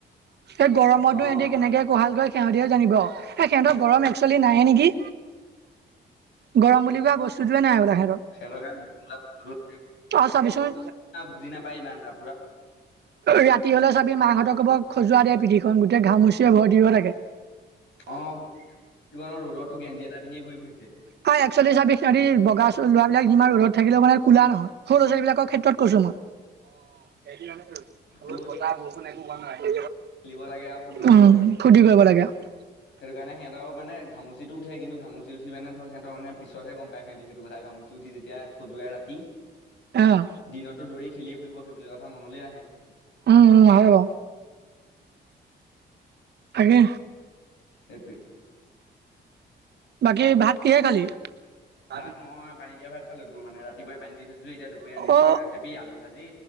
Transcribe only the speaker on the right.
এই গৰমতো
ইহঁতি কেনেকে কোহাল কৰে সিহতিয়ে জানিব আউ! এই সিহঁতক গৰম একচোৱেলি নাই এ নেকি!
গৰম বুলি কোৱা বস্তুতোৱে নাই সেহতৰ
অ চাবিচোন
ৰাতি হলে চাবি মাকহঁতক কব খজুৱা দে পিঠি খন গোটেই ঘামুচিয়ে ভয় দিব থাকে৷
হয় একচলি চাবি সিহতি বগা চ লৰা বিলাক সিমান ৰ'দত থাকিলে মানে কলা নহয় সৰু ল' ছালীবলাকৰ ক্ষেত্ৰত কৈছো মই৷ অ সেইদিনানে আৰু
লগত বতাহ বৰষুণ একো পোৱা নাই <unintelligible>
উম
ফু্তি কৰিব লাগে <unintelligible>
অ'।
উম-উম হয় বাৰু৷ তাকে
বাকী ভাত কিহে খালি? অ
অ